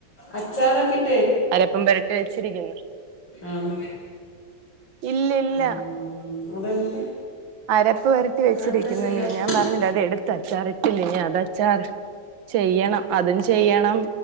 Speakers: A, on the left; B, on the right.
A: അച്ചറ കിട്ട
B: അലപ്പം പുരട്ടി വെച്ചിരിക്കുന്നു
A: ആണ്
B: ഇല്ല ഇല്ല
A: ഉം, അതെന്താ
B: അരപ്പ് വരട്ടി വെച്ചിരിക്കുന്നു
A: അതെന്താ ചെയ്യാത്ത
B: മീ ഞാൻ പറഞ്ഞില്ല അത് എടുത്ത അച്ചാർ ഇട്ടില്ലിനീ അത് അച്ചാർ ചെയ്യണം അതും ചെയ്യണം